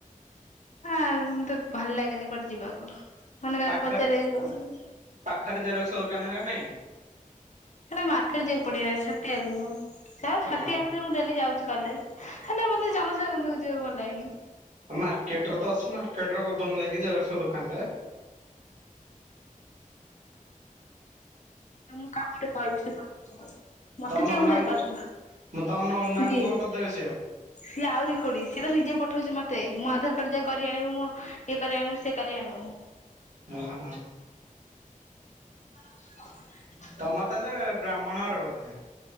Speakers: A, on the left (about 55°); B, on the right (about 60°).
A: ହାଁ ମତେ ଭଲ ଲାଗେନି କୁଆଡେ ଯିବାକୁ ମାନେ କାହାକୁ
B: ପାଖରେ
A: ପଚାରି ଵ କଣ
B: ପାଖରେ ଜେରକ୍ସ ଦୋକାନ ହେକା ନାଇଁ?
A: ସେଟା ମାର୍କେଟ ଯିବାକୁ ପଡିବ ଛତିଆକୁ ସେ ଛତିଆ
B: ହୁଁ
A: ଭିତରେ ମୁଁ ଡେଲି ଯାଉଛି। କଲେଜ ହେଲେ ମତେ ଜନସେବା କେନ୍ଦ୍ର କୁ ଯିବାକୁ ଭଲ ଲାଗେନି।
B: ମାର୍କେଟରେ ତ ଅଛି ମାର୍କେଟରେ କରି ଦଉନ ଯାଇକି ଜେରକ୍ସ ଦୋକାନ ରେ।
A: ମୁଁ କାହା ଗୋଟେ କହିବି ସେ କରିଦବ। ମତେ
B: ତମ
A: ଯିବାକୁ
B: ନନାଙ୍କୁ
A: ଭାରି କଷ୍ଟ
B: ତମ ନନାଙ୍କୁ
A: ସିଏ
B: କୁହ କରିଦେବେ ସେଏ।
A: ସିଏ ଆହୁରି ଖୋଡି ସିଏ ତ ନିଜେ ପଠୋଉଛି ମତେ ମୋ ଆଧାର କାର୍ଡ ଯା କରି ଆଣିବୁ ମୋ ଇଏ କରି ଆଣିବୁ ସେ କରି ଆଣିବୁ।
B: ମୋ ପହାକୁ ଆଣୁନୁ।
A: <unintelligible>
B: ତମ ର ତାହେଲେ ବ୍ରାହ୍ମଣ ଘର ବୋଧେ।